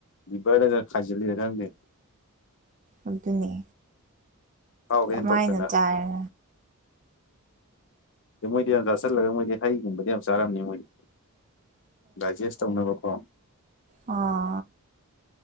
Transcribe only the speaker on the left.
ꯔꯤꯕꯔꯗꯒ ꯈꯥꯏꯖꯤꯜꯂꯤꯔ ꯈꯪꯗꯦ
ꯈꯥꯎꯒ
ꯍꯦꯟꯇꯣꯛꯇꯅ
ꯃꯣꯏꯗꯤ ꯌꯥꯝ ꯆꯥ ꯆꯜꯂꯒ ꯃꯣꯏꯗꯤ ꯍꯩꯒꯨꯝꯕꯗꯤ ꯌꯥꯝ ꯆꯥꯔꯝꯅꯤ ꯃꯣꯏꯗꯤ꯫ ꯗꯥꯏꯖꯦꯁ ꯇꯧꯅꯕꯀꯣ꯫